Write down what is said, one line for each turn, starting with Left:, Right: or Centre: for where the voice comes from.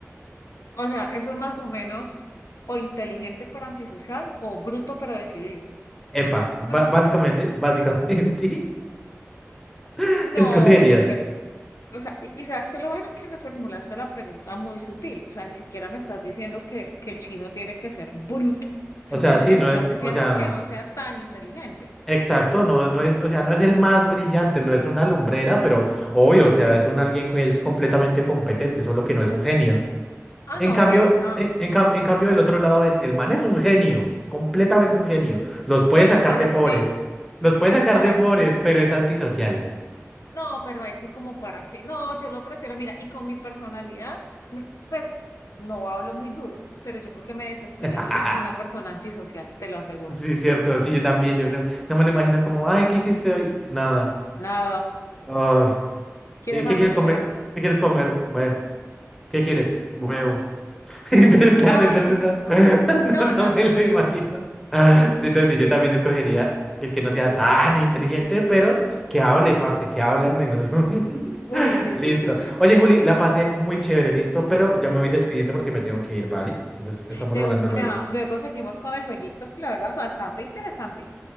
Left: O sea, eso es más o menos o inteligente pero antisocial o bruto pero decidido.
Centre: Epa, ba-
Left: <laughs>
Centre: básicamente, básicamente. <laughs> <laughs>
Left: No,
Centre: ¿Qué escogerías?
Left: yo creo. O sea, y, y sabes que lo bueno que me formulaste la pregunta muy sutil. O sea, ni siquiera me estás diciendo que, que el chino tiene que ser bruto. Simplemente
Centre: O sea, sí,
Left: me
Centre: no
Left: estás
Centre: es,
Left: diciendo
Centre: o sea,
Left: que no sea tan inteligente.
Centre: exacto, no, no es, o sea, no es el más brillante, no es una lumbrera, pero obvio, o sea, es un alguien que es completamente competente, solo que no es un genio.
Left: Ah,
Centre: En
Left: no,
Centre: cambio,
Left: esa.
Centre: en, en cam- en cambio del otro lado es, el man es un genio, es completamente un genio. Los puede
Left: Pero
Centre: sacar
Left: ¿para
Centre: de pobres,
Left: qué?
Centre: los
Left: Eh,
Centre: puede
Left: Pero
Centre: sacar
Left: ¿para
Centre: de pobres,
Left: qué?
Centre: pero es antisocial.
Left: No, pero ahí sí como para qué. No, yo lo prefiero, mira, y con mi personalidad, me- pues no hablo muy duro, pero yo creo que me desesperaría
Centre: <laughs>
Left: una persona antisocial, te lo aseguro.
Centre: Sí, cierto, sí, yo también, yo no, no me lo imagino como, ay, ¿qué hiciste hoy? Nada.
Left: Nada,
Centre: Ay,
Left: ¿quieres
Centre: "Eh, ¿qué
Left: algo?
Centre: quieres comer?
Left: Bueno.
Centre: ¿Qué quieres comer? Bueno, ¿qué quieres? Huevos. <laughs> Entonces, claro,
Left: Ay,
Centre: entonces no,
Left: no.
Centre: <laughs>
Left: No,
Centre: no,
Left: no,
Centre: no
Left: no,
Centre: me lo
Left: no,
Centre: imagino.
Left: no.
Centre: Sí, Entonces, sí, yo también escogería que, que no sea tan inteligente, pero que hable, parce, que hable al menos. <laughs>
Left: Uy, sí,
Centre: Listo.
Left: sí, sí, sí.
Centre: Oye, Juli, la pasé muy chévere, listo, pero ya me voy despidiendo porque me tengo que ir, ¿vale? Entonces, estamos
Left: De
Centre: hablando
Left: una.
Centre: luego.
Left: Luego seguimos con el jueguito, que la verdad bastante interesante.